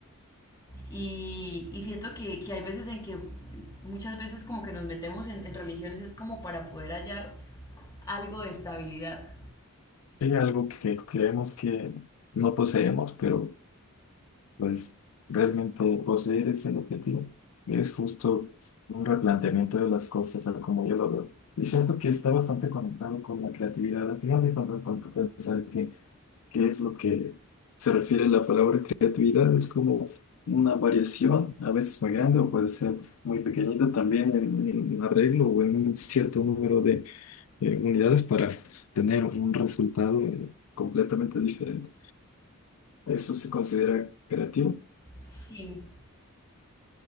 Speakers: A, on the left (about 20°); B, on the left (about 75°).
A: Y, y siento que, que hay veces en que muchas veces como que nos metemos en, en religiones es como para poder hallar algo de estabilidad.
B: Hay algo que creemos que no poseemos, pero Pues realmente poseer ese objetivo es justo un replanteamiento de las cosas, a como yo lo veo. Y siento que está bastante conectado con la creatividad. Al final de cuentas, cuando pensar que qué es lo que se refiere la palabra creatividad, es como una variación, a veces muy grande o puede ser muy pequeñita también en, en un arreglo o en un cierto número de eh, unidades para tener un resultado eh, completamente diferente. ¿Eso se considera creativo?
A: Sí.